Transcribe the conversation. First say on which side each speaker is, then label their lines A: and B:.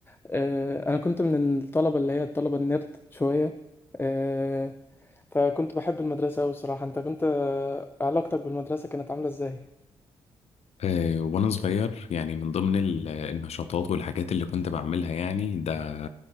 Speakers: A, on the left (about 20°); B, on the left (about 60°).
A: آه، أنا كنت من الطلبة اللي هي الطلبة النيرد شوية آه، فكنت بحب المدرسة أوي الصراحة أنت كنت آه، علاقتك بالمدرسة كانت عاملة إزاي؟
B: آه، وأنا صغير يعني من ضمن ال- آه، النشاطات والحاجات اللي كنت بعملها يعني ده